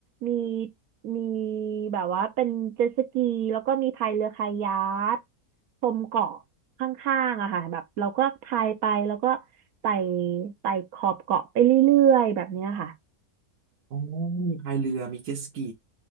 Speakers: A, on the right; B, on the right.
A: มีมีแบบว่าเป็นเจ็ตสกีแล้วก็มีพายเรือคายัคชมเกาะข้างๆอะค่ะแบบเราก็พายไปแล้วก็ไต่ไต่ขอบเกาะไปเรื่อยๆแบบเนี้ยค่ะ
B: อ๋อมีพายเรือ มีเจ็ตสกี